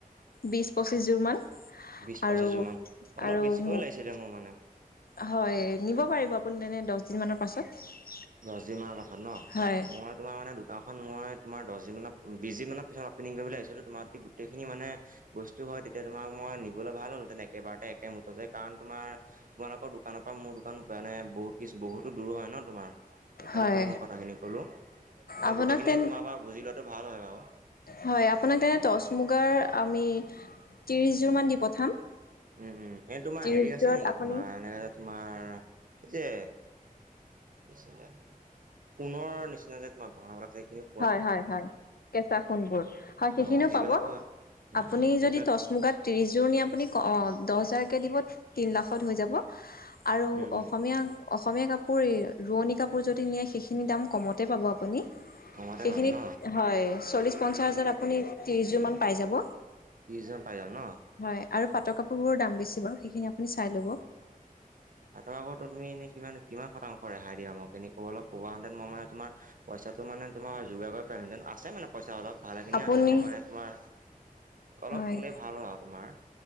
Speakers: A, on the left; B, on the right.
A: বিশ পঁচিশজোৰ মান।
B: বিশ
A: আৰু
B: পঁচাজোৰমান, অলপ
A: আৰু
B: বেছিকৈ
A: মোক
B: লাগিছিলে মোৰ মানে।
A: হয়, নিব পাৰিব আপুনি তেনেই দহদিন মানৰ পাছত।
B: দহদিনমানৰ কাথাত ন'
A: হয়
B: মই তোমাৰ মানে দোকানখন মই তোমাৰ দহ দিনমানৰ, বিশদিন মানৰ পিছত অপেনিং কৰিবলৈ আহিছিলোঁ তোমাৰ অহ গোটেইখিনি মানে বস্তু হয় তেতিয়া তোমাক মই নিবলৈ ভাল হ'ল হৈ একেবাৰতে একেমটতে কাৰণ তোমাৰ তোমালোকৰ দোকানৰ পৰা মোৰ দোকান মানে বহুত কিছু বহুতো দূৰ হয় ন তোমাৰ। সেইকাৰণে
A: হয়
B: তোমাক মই কথাখিনি ক'লো, মানে
A: আপোনাক
B: গোটেইখিনি
A: তেন
B: তোমাৰ পৰা বুজি লোৱাটো ভাল হয় বাৰু।
A: হয় আপোনাক এনে টচ মুগাৰ আমি ত্ৰিশযোৰ মান দি পঠাম।
B: উম, উম তোমাৰ
A: ত্ৰিশ
B: হেৰি আছে
A: যোৰত
B: নেকি,
A: আপুনি
B: তোমাৰ এনেকৈ যে তোমাৰ এই যে <unintelligible> সোণৰ নিচিনা যে তোমাক গহণা <unintelligible>
A: হয়, হয়, হয় কেঁচা সোণবোৰ হয় সেইখিনিও
B: অ', সেইবিলাকো
A: পাব।
B: উম,
A: আপুনি
B: উম, সেইবিলাক
A: যদি টচ মুগাত ত্ৰিছযোৰ নিয়ে, আপুনি দহ হাজাৰকৈ দিব তিন লাখত হৈ যাব। আৰু
B: উম, উম,
A: অসমীয়া অসমীয়া কাপোৰ এই ৰোৱনী কাপোৰ যদি নিয়ে সেইখিনি দাম কমতে পাব আপুনি।
B: কমতে
A: সেইখিনিত,
B: পাম ন
A: হয় চল্লিশ পঞ্চাশ হাজাৰত আপুনি ত্ৰিশ যোৰ মান পাই যাব।
B: ত্ৰিশ যোৰ পাই যাম ন।
A: হয় আৰু পাটৰ কাপোৰবোৰৰ দাম বেছি বাৰু সেইখিনি আপুনি চাই ল'ব।
B: পাটৰ কাপোৰটো তুমি এনেই কিমান কিমান শতাংশ ৰেহাই দিয়া মোক এনে অলপ কোৱা হেতেন মই মানে তোমাৰ পইচাটো মানে তোমাৰ যোগাৰ কৰিব পাৰিলোহেঁতেন আছে মানে পইচা অলপ ভালেখিনিয়ে
A: আপুনি
B: আছে মই মানে তোমাৰ অলপ
A: হয়
B: ক'লে ভাল হয় আৰু তোমাৰ।